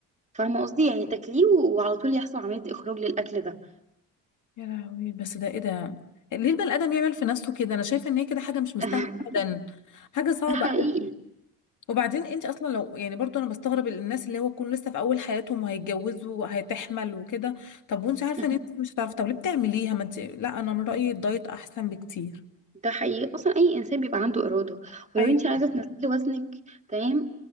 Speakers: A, on the right; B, on the left.
A: فاهمة قصدي يعني تاكليه وعلى طول يحصل عملية إخراج للأكل ده
B: يا لهوي بس ده ايه ده ليه البني ادم يعمل في نفسه كده انا شايفه ان هي كده حاجه مش مستاهله
A: <laughs>
B: ابدا حاجه صعبه
A: ده حقيقي
B: قوي وبعدين انت اصلا لو يعني برضو انا بستغرب الناس اللي هو يكون لسه في اول حياتهم وهيتجوزوا وهتحمل وكده طب وانت عارفه
A: مهم.
B: ان انت مش هتعرفي طب ليه بتعمليها ما انت لا انا من رايي الدايت احسن بكتير
A: ده حقيقي اصلا اي انسان بيبقى عنده اراده ولو
B: ايوه
A: انت عايزه تنزلي وزنك تمام